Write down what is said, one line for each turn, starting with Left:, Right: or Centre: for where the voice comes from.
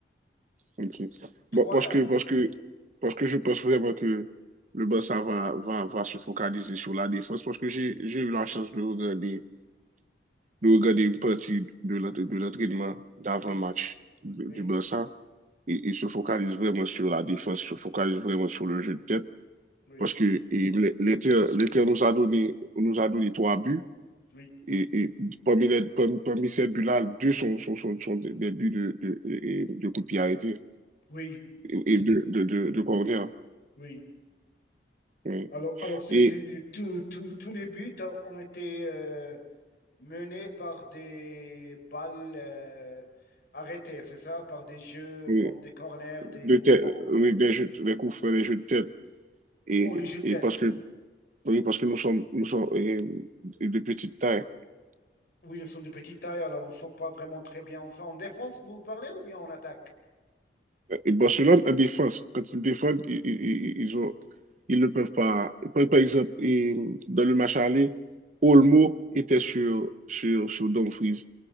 Right: Ok.
Left: Trois
Right: Bon, parce que,
Left: un.
Right: parce que, parce que je pense vraiment que le Barça va, va, va se focaliser sur la défense parce que j'ai, j'ai eu la chance de regarder, de regarder une partie de l'entra- de l'entraînement d'avant-match
Left: Oui,
Right: du
Left: oui,
Right: du Barça. et, et se focalise vraiment sur la défense, se focalise vraiment sur le jeu de tête.
Left: oui,
Right: Parce que et l'Éther nous a donné nous a donné trois buts.
Left: oui,
Right: Et, et parmi, les, parmi, parmi ces buts-là, deux sont, sont, sont, sont des, buts de, de, de, de coup de pied arrêté
Left: oui, d-
Right: et de, de, de, de corner.
Left: oui.
Right: Ouais.
Left: Alors, alors c'était
Right: Et
Left: tout- tout- tous les buts ont été euh, menés par des balles euh, arrêtées, c'est ça, par des jeux
Right: euh,
Left: comme des corners,
Right: de
Left: des coups
Right: tête,
Left: francs.
Right: oui, des, jeux, des coups francs, des jeux de tête. Et,
Left: Oh, les jeux de
Right: et
Left: tête.
Right: parce que oui, parce que nous sommes, nous sommes de petite taille.
Left: Oui, ils sont de petite taille, alors ils ne sont pas vraiment très bien. En, en défense, vous parlez ou bien en attaque?
Right: Et Barcelone en défense, quand ils défendent, ils, ils, ils ont, ils ne peuvent pas. Par, exemple, dans le match aller, Olmo était sur, sur, sur Dumfries.